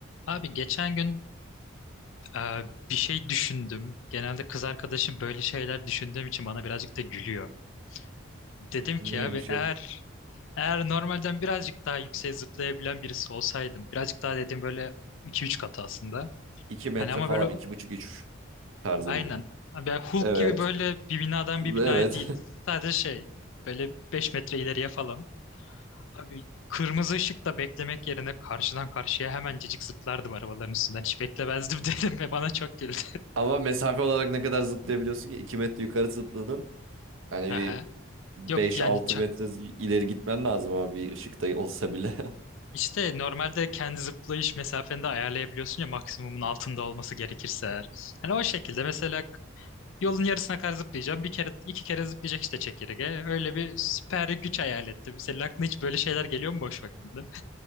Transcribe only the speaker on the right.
Neymiş
o?
2 metre
falan,
iki buçuk üç tarzı
mı?
Evet.
Evet.
<laughs> Ama mesafe olarak ne kadar zıplayabiliyorsun ki? 2 metre yukarı zıpladın.
Hani
bir beş
altı
metre z- ileri gitmen lazım ama bir ışıkta olsa bile. <laughs>